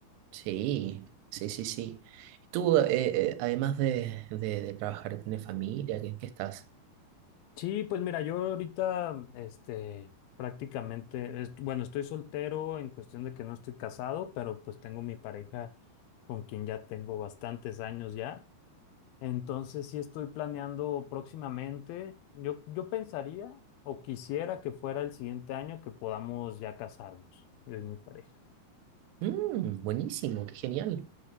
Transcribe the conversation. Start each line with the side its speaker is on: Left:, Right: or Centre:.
Right: Sí, sí, sí, sí. Tú, eh, eh, además de, de- de trabajar, ¿tienes familia? ¿Qué, qué estás?
Left: Sí, pues mira, yo ahorita, este, prácticamente, est- bueno, estoy soltero en cuestión de que no estoy casado, pero pues tengo mi pareja con quien ya tengo bastantes años ya. Entonces sí estoy planeando próximamente. Yo, yo pensaría o quisiera que fuera el siguiente año que podamos ya casarnos, yo y mi pareja.
Right: Mm, buenísimo, qué genial.